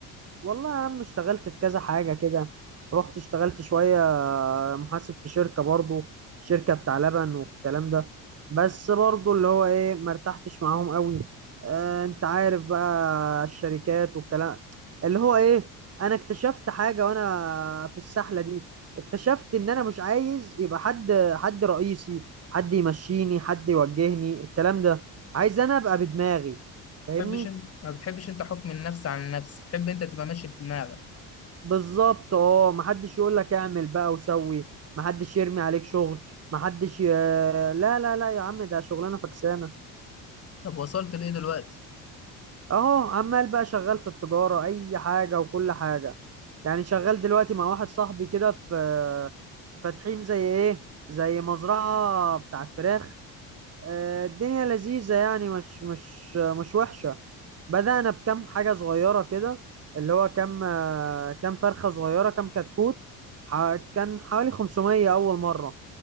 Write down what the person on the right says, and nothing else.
والله يا عم اشتغلت في كذا حاجة كده رحت اشتغلت شوية آه، محاسب في شركة برضو شركة بتاع لبن والكلام ده بس برضو اللي هو ايه ما ارتحتش معاهم قوي اه انت عارف بقى الشركات والكلام اللي هو ايه انا اكتشفت حاجة وانا في السحلة دي اكتشفت ان انا مش عايز يبقى حد حد رئيسي حد يمشيني حد يوجهني الكلام ده عايز انا ابقى بدماغي فاهمني
بالظبط اه محدش يقول لك اعمل بقى وسوي محدش يرمي عليك شغل محدش ي... لا لا لا يا عم ده شغلانه فكسانه
اهو عمال بقى شغال في التجاره اي حاجه وكل حاجه يعني شغال دلوقتي مع واحد صاحبي كده في فاتحين زي ايه زي مزرعه بتاعت فراخ آه، الدنيا لذيذة يعني مش مش مش وحشة بدأنا بكم حاجة صغيرة كده اللي هو كم آه، كم فرخة صغيرة كم كتكوت ح- كان حوالي 500 أول مرة